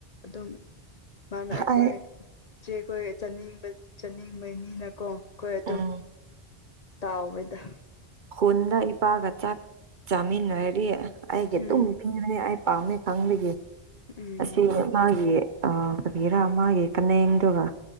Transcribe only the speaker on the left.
ꯑꯗꯨꯝ ꯃꯥꯅ ꯑꯩꯈꯣꯏ
ꯆꯦ ꯑꯩꯈꯣꯏ ꯆꯥꯅꯤꯡꯕ ꯆꯥꯅꯤꯡꯕꯅꯤꯅꯀꯣ ꯑꯩꯈꯣꯏ ꯑꯗꯨꯝ
ꯇꯥꯎꯗ
ꯎꯝ
ꯎꯝ